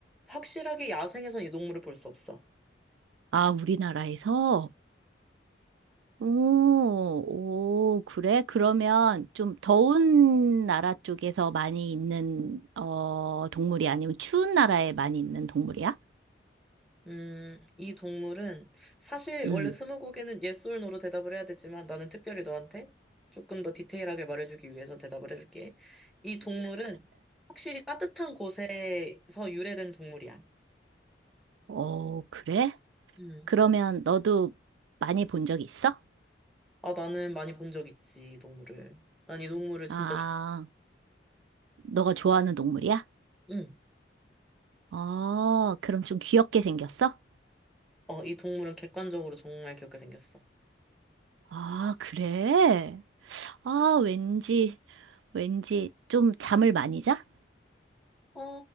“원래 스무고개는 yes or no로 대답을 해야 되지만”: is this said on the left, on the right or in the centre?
Centre